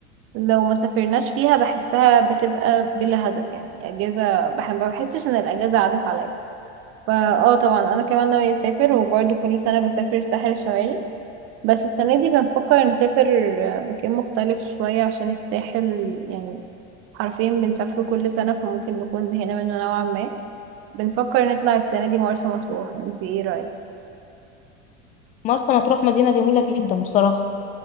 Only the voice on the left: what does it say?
مرسى مطروح مدينه جميله جدا بصراحه